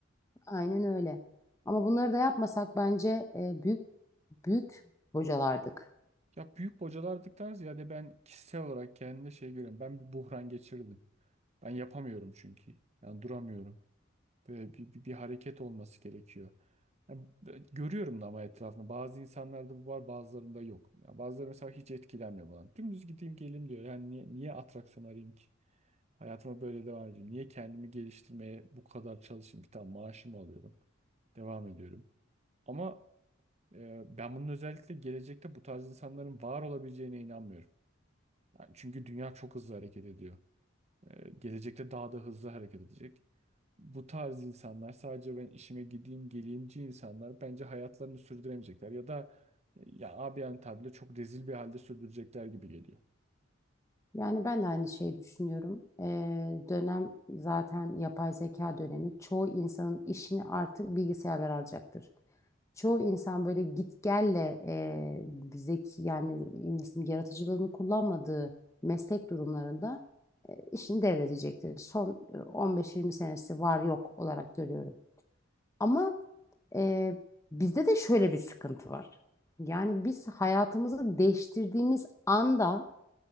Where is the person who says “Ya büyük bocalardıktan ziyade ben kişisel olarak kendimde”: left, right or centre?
Right